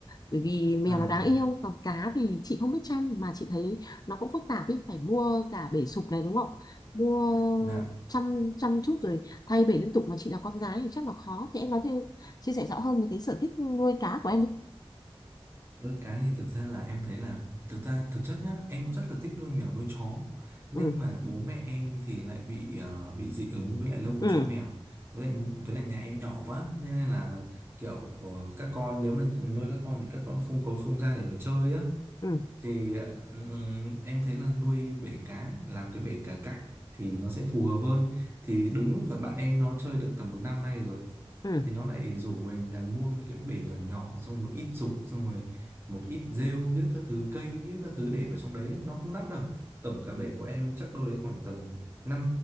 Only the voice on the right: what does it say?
à,
dạ
Nuôi cái thì thực ra là em thấy là thực ra thực chất nhá em cũng rất là thích nuôi mèo nuôi chó nhưng
mà bố mẹ em thì lại bị ờ, bị dị ứng với lại lông của
chó mèo với lại với lại nhà em nhỏ quá nên là kiểu ờ, các con nếu mà nuôi các con thì các con không có không gian để mà chơi á
thì ờ, ừm, em thấy là nuôi bể cá làm cái bể cá cảnh thì nó sẽ phù hợp hơn thì đúng lúc là bạn em nó chơi được tầm một năm nay rồi
thì nó lại rủ mình là mua mấy cái bể nhỏ nhỏ xong một ít dục xong rồi một ít rêu giết các thứ cây giết các thứ để vào trong đấy ấy. nó không đắt đâu tổng cả bể của em chắc đâu đấy khoảng tầm năm